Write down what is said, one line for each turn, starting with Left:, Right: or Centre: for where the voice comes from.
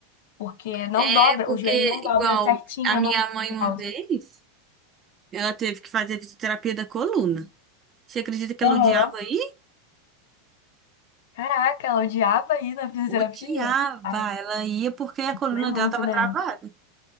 Left: porque não
Right: É
Left: dobra,
Right: porque,
Left: o joelho não dobra
Right: igual,
Left: certinho
Right: a minha
Left: a 90
Right: mãe uma
Left: graus.
Right: vez, ela teve que fazer fisioterapia da coluna. Você acredita que
Left: Aham.
Right: ela odiava ir?
Left: Caraca, ela odiava ir na fisioterapia?
Right: Odiava.
Left: Ai,
Right: Ela ia porque a coluna
Left: doer muito,
Right: dela tava
Left: né?
Right: travada.